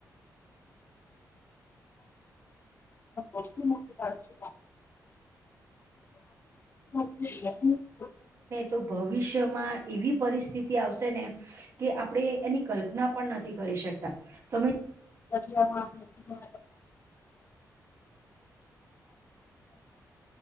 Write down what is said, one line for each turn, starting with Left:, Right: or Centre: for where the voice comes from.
Left: <inaudible> <inaudible>
Right: તો ભવિષ્યમાં એવી પરિસ્થિતિ આવશે ને કે આપણે એની કલ્પના પણ નથી કરી શકતા તમે
Left: <unintelligible>